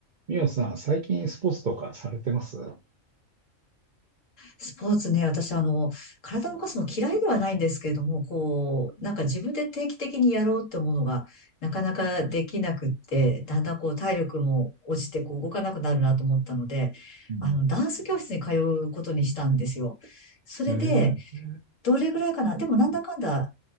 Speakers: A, on the right; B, on the left.
A: みおさん、最近スポーツとかされてます
B: スポーツね、私、あの、体を動かすの嫌いではないんですけれども、こう、なんか自分で定期的にやろうって思うのが、なかなかできなくって、だんだんこう、体力も落ちて、こう、動かなくなるなと思ったので、
A: うん、
B: あの、ダンス教室に通うことにしたんですよ。それで、
A: えー、
B: どれぐらいかなでも、なんだかんだ